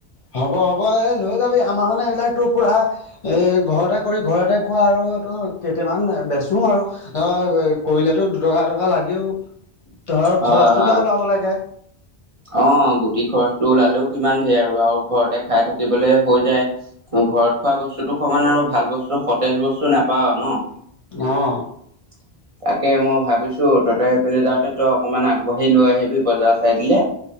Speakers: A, on the left; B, on the right.
A: হ'ব হ'ব, এই লৈ যাবি, আমাৰ মানে এইবিলাক তোৰ পুৰা এ, ঘৰতে কৰি ঘৰতে খোৱা আৰুটো কেইটামান বেচো আৰু। এ, কৰিলেতো দুটকা এটকা লাগেও, ধৰ
B: হয়
A: খৰচটোকে
B: হয়
A: ওলাব লাগে।
B: অ' গুটি খৰচটো ওলালেও কিমান ঢেৰ আৰু, আৰু ঘৰতে খাই থাকিবলে হৈ যায়। ঘৰত খোৱা বস্তুটো সমানে আৰু ভাল বস্তু, সতেজ বস্তু নাপাওঁ ন'।
A: অ'।
B: <inaudible> তাকে মই ভাবিছোঁ তহঁতৰ এইফালে যাওঁতে তই অকনমান আগবাঢ়ি লৈ আহিবি বজাৰ চাই দিলে।